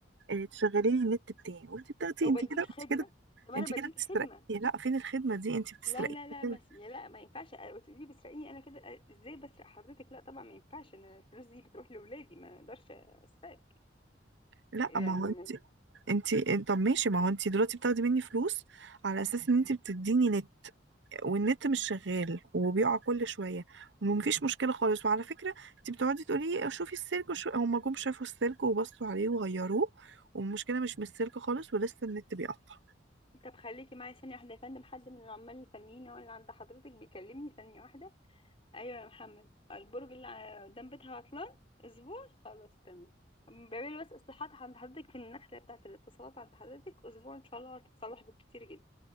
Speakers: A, on the right; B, on the left.
A: آه، تشغلي لي النت بتاعي وانت بتاخدي
B: <laughs> او
A: انت
B: بديكي
A: كده
B: خدمه
A: انت كده
B: طب انا
A: انت كده
B: بديكي
A: بتسرقي
B: خدمه
A: لا فين الخدمه دي انت بتسرقي
B: لا لا لا
A: كده.
B: ما يا لا ما ينفعش تقولي بسرقيني انا كده أ- ازاي بسرق حضرتك لا طبعا ما ينفعش انا الفلوس دي بتروح لاولادي ما اقدرش اسرقك
A: لا
B: يعني
A: ما هو انت
B: ما-
A: انتي طب ماشي ما هو انتي دلوقتي بتاخدي مني فلوس على اساس ان انتي بتديني نت والنت مش شغال وبيقع كل شويه ومفيش مشكله خالص وعلى فكره انتي بتقعدي تقولي شوفي السلك وشو... هما جم شافوا السلك وبصوا عليه وغيروه والمشكله مش من السلك خالص ولسه النت بيقطع
B: طب خليكي معايا ثانيه واحده يا فندم حد من العمال الفنيين هو اللي عند حضرتك بيكلمني ثانيه واحده ايوه يا محمد البرج اللي ع- قدام بيتها عطلان اسبوع خلاص تمام بعملي بس اصلاحات عند حضرتك في النخله بتاعه الاتصالات عند حضرتك اسبوع ان شاء الله هتتصلح بالكتير جدا